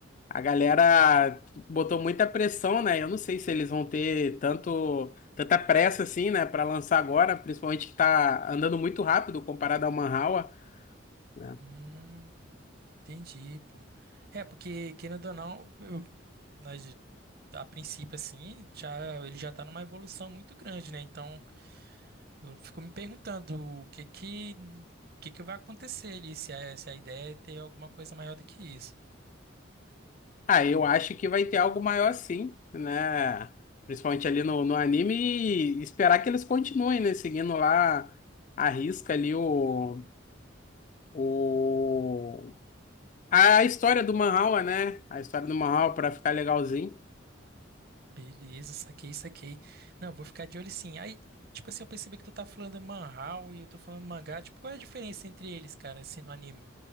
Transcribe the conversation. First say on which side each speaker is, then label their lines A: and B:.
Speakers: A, on the left (about 40°); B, on the right (about 50°).
A: a galera botou muita pressão, né? Eu não sei se eles vão ter tanto, tanta pressa assim, né? Para lançar agora, principalmente que tá andando muito rápido comparado ao Manhwa. né
B: Hum, entendi, pô. É, porque, querendo ou não, eu- nós, a princípio, assim, já, ele já tá numa evolução muito grande, né? Então. Eu fico me perguntando o que que, o que que vai acontecer ali, se a, se a ideia é ter alguma coisa maior do que isso.
A: Ah, eu
B: <clears throat>
A: acho que vai ter algo maior sim, né? Principalmente ali no, no anime e esperar que eles continuem, né? Seguindo lá a risca ali o, o... A história do Manhwa, né? A história do Manhwa para ficar legalzinho.
B: Beleza, saquei, saquei. Não, vou ficar de olho sim. Aí, tipo assim, eu percebi que tu tá falando manhwa e eu tô falando mangá. Tipo, qual é a diferença entre eles, cara, assim, no anime?